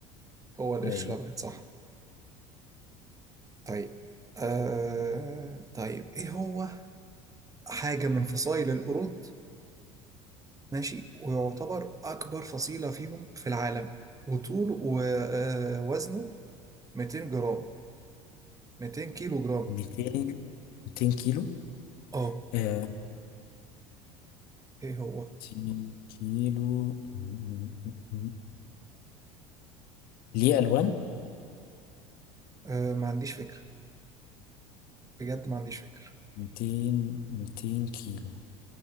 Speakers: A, on the right; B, on the left.
A: هو القرش
B: أيوه
A: الأبيض صح طيب آه طيب إيه هو حاجة من فصائل القرود ماشي ويعتبر أكبر فصيلة فيهم في العالم وطوله ووزنه 200 جرام 200 كيلو جرام
B: 200 200 كيلو
A: آه
B: آه
A: إيه هو
B: 200 كيلو م- م- م- ليه ألوان
A: آه ما عنديش فكرة بجد ما عنديش فكرة
B: 200 200 كيلو